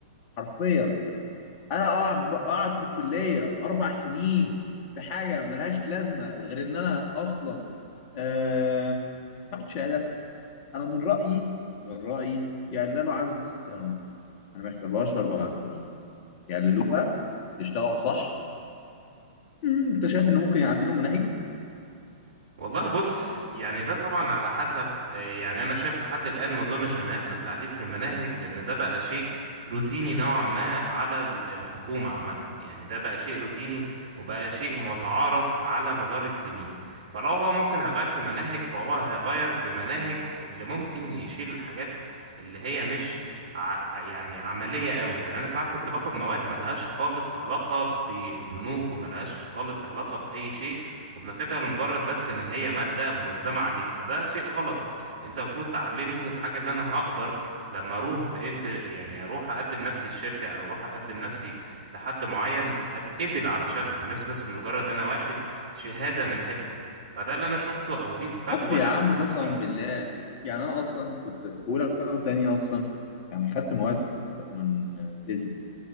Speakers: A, on the left; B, on the right.
A: حرفيا انا اقعد اقعد في الكليه اربع سنين في حاجه ملهاش لازمه غير ان انا اصلا أه... هاخد شهاده انا من رايي من رايي يقللوا عدد السنوات انا ما يخلوهاش اربع سنين يعدلوها بس يشتغلوا صح مم، انت شايف ان ممكن يعدلوا مناهج
B: والله بص يعني ده طبعا على حسب آه، يعني انا شايف لحد الان ما اظنش ان هيحصل تعديل في المناهج لان ده بقى شيء روتيني نوعا ما على ال- الحكومة عامة يعني ده بقى شيء روتيني وبقى شيء متعارف على مدار السنين فلو هو ممكن هيغير في مناهج فهو هيغير في مناهج اللي ممكن يشيل الحاجات اللي هي مش ع... ع- يعني عملية قوي يعني انا ساعات كنت باخد مواد ملهاش خالص علاقة بالبنوك وملهاش خالص علاقة بأي شيء وبناخدها لمجرد بس ان هي مادة وملزمة عليك فده شيء غلط انت المفروض تعلمني الحاجة اللي انا هقدر لما اروح في انت يعني اروح اقدم نفسي للشركة او اروح اقدم نفسي لحد معين اتقبل علشانها مش بس مجرد انا واخد شهادة من حتة فده اللي انا شفته او دي الفجوة
A: بالظبط يا
B: اللي
A: عم
B: انا حسيت
A: قسما
B: بيها
A: بالله يعني انا اصلا كنت في اولى وثانيه اصلا يعني خدت مواد من بيزنس